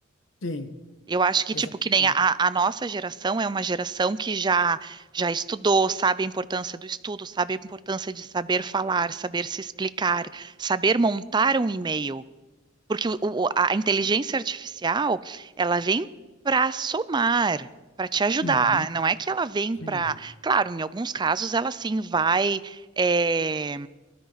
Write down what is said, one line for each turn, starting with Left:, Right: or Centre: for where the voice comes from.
Left: Sim.
Right: Eu acho que,
Left: Exatamente.
Right: tipo, que nem a, a nossa geração é uma geração que já já estudou, sabe a importância do estudo, sabe a importância de saber falar, saber se explicar, saber montar um e-mail. Porque o- o- a inteligência artificial, ela vem para somar, para te ajudar.
Left: Uhum,
Right: Não é que ela vem
Left: sim.
Right: para. Claro, em alguns casos ela sim vai. eh,